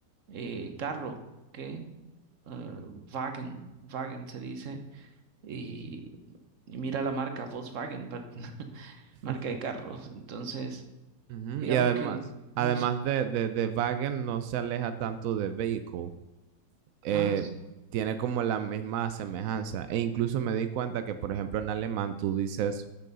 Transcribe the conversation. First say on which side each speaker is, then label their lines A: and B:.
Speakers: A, on the right; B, on the right.
A: eh, carro, que Wagen, Wagen se dice, y, y mira la marca Volkswagen, but- <laughs>
B: <laughs>
A: marca de carro. <laughs> Entonces,
B: Ujú,
A: digamos
B: Y además,
A: que... Ah,
B: además
A: sí.
B: de, de, de Wagen no se aleja tanto de vehicle. eh,
A: Ah, s-
B: tiene como la misma semejanza. E incluso me di cuenta que, por ejemplo, en alemán tú dices